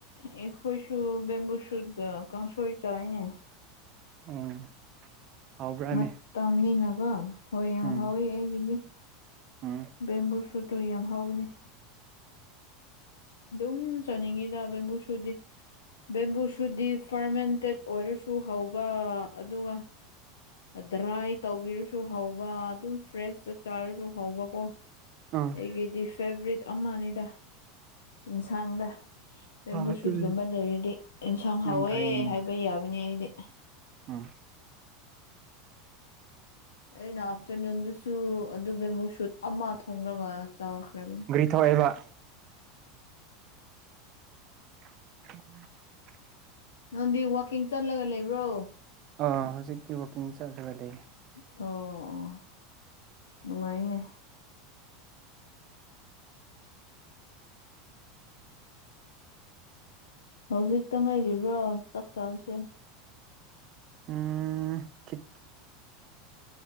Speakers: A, on the left (about 80°); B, on the right (about 45°).
A: ꯑꯩꯈꯣꯏꯁꯨ ꯕꯦꯝꯕꯨ ꯁꯠꯒ ꯀꯥꯡꯁꯣꯏ ꯆꯥꯏꯅꯦ
B: ꯎꯝ ꯍꯥꯎꯕ꯭ꯔꯥꯅꯦ
A: ꯃꯇꯝꯅꯤꯅꯀꯣ ꯍꯣꯏ ꯌꯥꯝ
B: ꯎꯝ
A: ꯍꯥꯎꯋꯦ ꯑꯩꯒꯤꯗꯤ
B: ꯎꯝ
A: ꯕꯦꯝꯕꯨꯁ ꯑꯗꯨꯗꯣ ꯌꯥꯝ ꯍꯧꯕꯅꯦ ꯑꯗꯨꯝ ꯆꯥꯅꯤꯡꯉꯤꯗ ꯕꯦꯝꯕꯨ ꯁꯨꯠꯗꯤ ꯕꯦꯝꯕꯨꯁꯨꯠ ꯗꯤ ꯐꯔꯃꯦꯟꯇꯦꯠ ꯑꯣꯏꯔꯁꯨ ꯍꯧꯕ ꯑꯗꯨꯒ ꯗ꯭ꯔꯥꯏ ꯇꯧꯕꯤꯔꯁꯨ ꯍꯥꯎꯕ ꯑꯗꯨꯝ ꯐ꯭ꯔꯦꯁꯇ ꯆꯥꯔꯁꯨ ꯍꯥꯎꯕꯀꯣ
B: ꯑꯥ
A: ꯑꯩꯒꯤꯗꯤ ꯐꯦꯚꯔꯤꯠ ꯑꯃꯅꯤꯗ ꯌꯦꯟꯁꯥꯡꯗ ꯕꯦꯝꯕꯨ
B: ꯑꯥ ꯑꯗꯨꯗꯤ
A: ꯁꯨꯠꯒꯨꯝꯕ ꯂꯩꯔꯗꯤ ꯏꯟꯁꯥꯡ ꯍꯥꯎꯋꯦ
B: ꯌꯥꯝ ꯐꯩꯅꯦ
A: ꯍꯥꯏꯕ ꯌꯥꯕꯅꯤ ꯑꯩꯗꯤ
B: ꯎꯝ
A: ꯑꯩꯅ ꯑꯥꯐꯇꯔꯅꯨꯟꯗꯁꯨ ꯑꯗꯨ ꯕꯦꯝꯕꯨ ꯁꯨꯠ ꯑꯃ ꯊꯣꯡꯉꯒ ꯆꯥꯈ꯭ꯔꯕꯅꯦ
B: ꯄꯤꯊꯣꯛꯑꯦꯕ
A: <inaudible> <inaudible>
B: ꯎ <unintelligible>
A: ꯅꯪꯗꯤ ꯋꯥꯛꯀꯤꯡ ꯆꯠꯂꯒ ꯂꯩꯕ꯭ꯔꯣ
B: ꯑꯥ ꯍꯧꯖꯤꯛꯇꯤ ꯋꯥꯀꯤꯡ ꯆꯠꯂꯒ ꯂꯩ
A: ꯑꯣ ꯑꯣ ꯅꯨꯡꯉꯥꯏꯅꯦ ꯍꯧꯖꯤꯛꯇ ꯉꯥꯏꯔꯤꯕ꯭ꯔꯣ ꯆꯥꯛ ꯆꯥꯕꯁꯦ
B: ꯎꯝ ꯈꯤꯠ